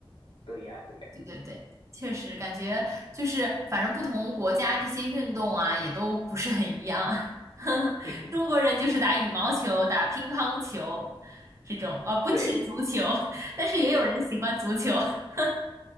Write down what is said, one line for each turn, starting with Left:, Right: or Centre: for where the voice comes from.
Left: 对呀，对呀，
Right: 对对对，确实感觉就是反正不同国家这些运动啊也都不是很一样。<laughs>
Left: <laughs>
Right: 中国人就是打羽毛球、打乒乓球这种，哦，不踢足球，
Left: 对，
Right: <laughs> 但是也有人喜欢足球。<laughs>